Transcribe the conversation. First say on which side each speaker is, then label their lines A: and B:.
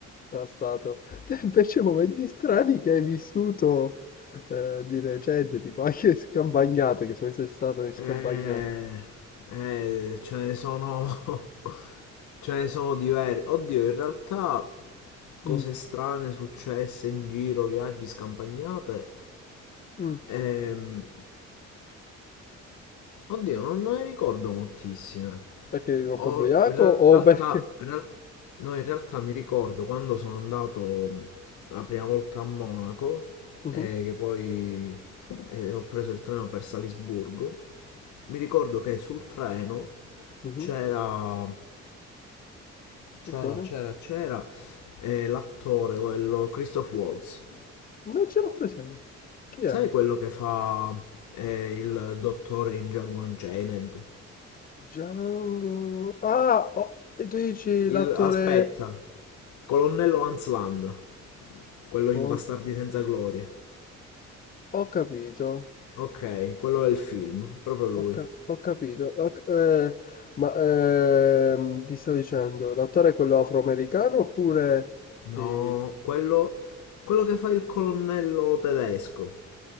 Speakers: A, on the left (about 30°); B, on the left (about 70°).
A: era stato. <laughs> Te invece momenti strani che hai vissuto eh, di recente, tipo anche scampagnate, che sono sempre stato in scampagnate.
B: Eh, eh, ce ne sono. <laughs> Ce ne sono diverse. Oddio, in realtà cose
A: Mm,
B: strane successe in giro, viaggi, scampagnate.
A: mm.
B: Ehm, oddio, non ne ricordo moltissime.
A: Perché eri troppo
B: Ho-
A: ubriaco
B: in
A: o
B: realtà,
A: <laughs> perché...
B: in real- no, in realtà mi ricordo quando sono andato la prima volta a Monaco
A: Mhm,
B: e che poi eh, ho preso il treno per Salisburgo. Mi ricordo che sul treno
A: mhm.
B: c'era
A: Che
B: c'era
A: cosa?
B: c'era c'era eh, l'attore quello Christoph Waltz
A: Non ce l'ho presente. Chi è?
B: sai quello che fa eh, il dottore in Django Unchained
A: Django... Ah, oh, e tu dici
B: il
A: l'attore
B: aspetta colonnello Hans Land quello
A: con...
B: in Bastardi senza gloria
A: Ho capito,
B: ok quello è il film proprio lui
A: ho, ca- ho capito. ho ca- eh, ma ehm, ti sto dicendo, l'attore è quello afroamericano oppure
B: no
A: il
B: quello quello che fa il colonnello tedesco